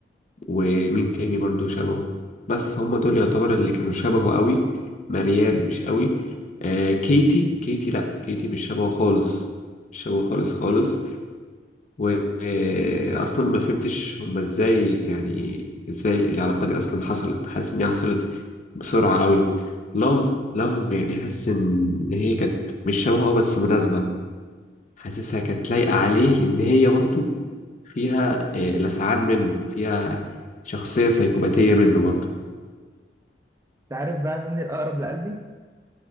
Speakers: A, on the left (about 45°); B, on the right (about 15°).
A: ومين تاني برضو شبهه بس هم دول يعتبر اللي كانوا شبهه قوي مريان مش قوي آه كيتي كيتي لا كيتي مش شبهه خالص مش شبهه خالص خالص واصلا ما فهمتش هم ازاي يعني ازاي العلاقة دي اصلا حصلت حاسس ان هي حصلت بسرعة قوي لاف لاف يعني حاسس ان هي كانت مش شبهه آه، بس مناسبة حاسسها كانت لايقة عليه لأن هي برضو فيها آه، لسعان منه فيها شخصية سيكوباتية منه برضو
B: انت عارف بقى مين الاقرب لقلبي